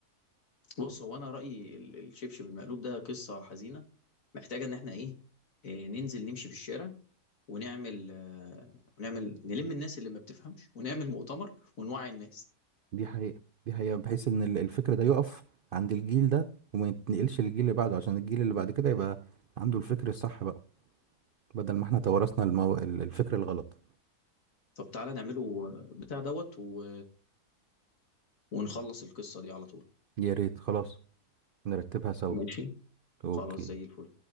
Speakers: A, on the left; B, on the right.
A: بص هو انا رايي ال- الشبشب المقلوب ده قصه حزينه محتاجه ان احنا ايه إيه، ننزل نمشي في الشارع ونعمل آه، ونعمل نلم الناس اللي ما بتفهمش ونعمل مؤتمر ونوعي الناس
B: دي حقيقة دي حقيقة بحيث ان ال- الفكر ده يقف عند الجيل ده وما يتنقلش للجيل اللي بعده عشان الجيل اللي بعد كده يبقى عنده الفكر الصح بقى بدل ما احنا تورثنا المو... ال- الفكر الغلط
A: طب تعالى نعمله آه، بتاع دوت و... ونخلص القصة دي على طول
B: يا ريت خلاص نرتبها سوا
A: ماشي
B: اوكي
A: خلاص زي الفل